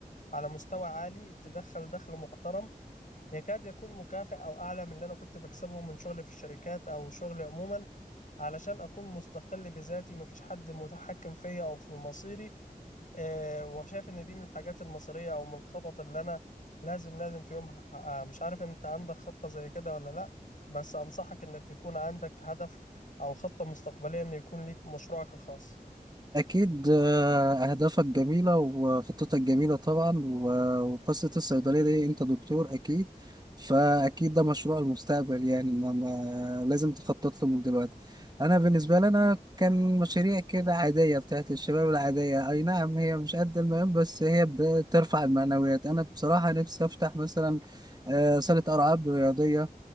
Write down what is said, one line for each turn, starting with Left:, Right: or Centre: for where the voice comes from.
Left: على مستوى عالي تدخل دخل محترم يكاد يكون مكافئ او اعلى من اللي انا كنت بكسبه من شغلي في الشركات او شغلي عموما علشان اكون مستقل بذاتي مفيش حد متحكم فيا او في مصيري آه، وشايف ان دي من الحاجات المصيرية او من الخطط اللي انا لازم لازم في يوم هحققها مش عارف انت عندك خطة زي كده ولا لا بس انصحك انك يكون عندك هدف او خطة مستقبلية ان يكون ليك مشروعك الخاص
Right: أكيد آه، أهدافك جميلة وخطتك جميلة طبعا و- وقصة الصيدلية دي أنت دكتور أكيد فأكيد ده مشروع المستقبل يعني ما ما لازم تخطط له من دلوقتي أنا بالنسبة لي أنا كان مشاريع كده عادية بتاعت الشباب العادية أي نعم هي مش قد المهم بس هي بترفع المعنويات أنا بصراحة نفسي أفتح مثلا آه، صالة ألعاب رياضية